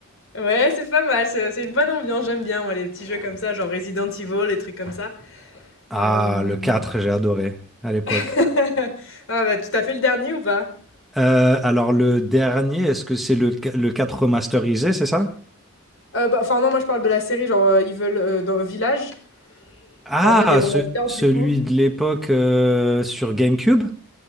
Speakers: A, on the left; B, in the centre.
A: Ouais, c'est pas mal, c'est c'est une bonne ambiance, j'aime bien moi les petits jeux comme ça, genre Resident Evil, les trucs comme ça.
B: Ah,
A: Hem,
B: le 4, j'ai adoré à l'époque.
A: <laughs> ah bah, tout à fait le dernier ou pas?
B: Euh, alors, le dernier, est-ce que c'est le, qu- le quatre remasterisé, c'est ça?
A: Heu, bah, enfin non, moi je parle de la série genre, heu, Evil, heu, dans Village,
B: Ah,
A: je parle pas des remasters
B: ce- celui
A: du coup.
B: de l'époque euh, sur GameCube?